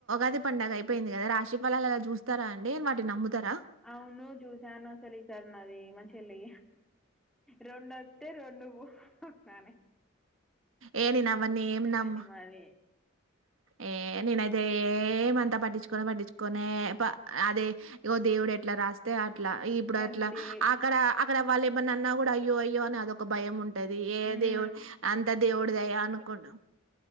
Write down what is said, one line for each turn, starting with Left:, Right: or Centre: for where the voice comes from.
Right: అది పండుగ అయిపోయింది కదా రాశి ఫలాలు అలా చూత్తారా అండి వాటిను నమ్ముతారా
Centre: అవును చూశాను అసలు ఈ సారి నాది మంచెళ్ళి రోండొత్తే రొ నువ్వు ననే
Right: ఏని నవన్నీ ఏం నమ్
Centre: అండి మాది
Right: ఏ నేనైతే ఏమంతా పట్టించుకనే పట్టించుకనే అదే ఇగో దేవుడే ట్లా రాస్తే ఆ అట్లా ఇప్పుడు
Centre: గంతే
Right: అట్లా అక్కడ అక్కడ వాళ్ళు ఇమన్నా అన్నా కూడా అయ్యో అయ్యో అని అదొక భయం ఉన్ ఉంటది ఏ
Centre: మ్మ్
Right: దేవుడు అంత దేవుడి దయ అనుకును